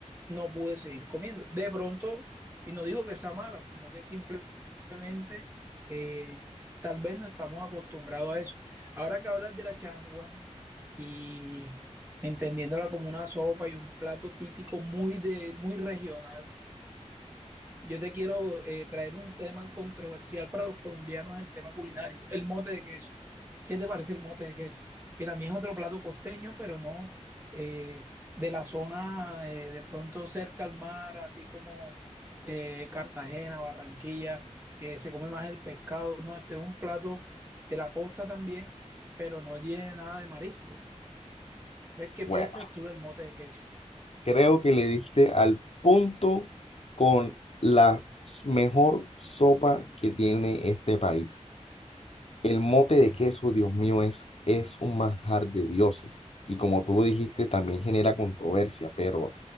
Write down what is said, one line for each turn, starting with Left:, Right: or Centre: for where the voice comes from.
Right: no pude seguir comiendo. De pronto, y no digo que sea mala, sino que simplemente eh, tal vez no estamos acostumbrados a eso. Ahora que hablas de la changua y entendiéndola como una sopa y un plato típico muy, de, muy regional, yo te quiero eh, traer un tema controversial para los colombianos, en el tema culinario, el mote de queso. ¿Qué te parece el mote de queso? Que también es otro plato costeño, pero no eh, de la zona eh, de pronto cerca al mar, así como eh, Cartagena, Barranquilla, que se come más el pescado, ¿no? Este es un plato de la costa también, pero no tiene nada de marisco. Entonces, ¿Qué
Left: Bueno.
Right: piensas tú del mote de queso?
Left: Creo que le diste al punto con la mejor sopa que tiene este país. El mote de queso, Dios mío, es, es un manjar de dioses. Y como tú lo dijiste, también genera controversia, pero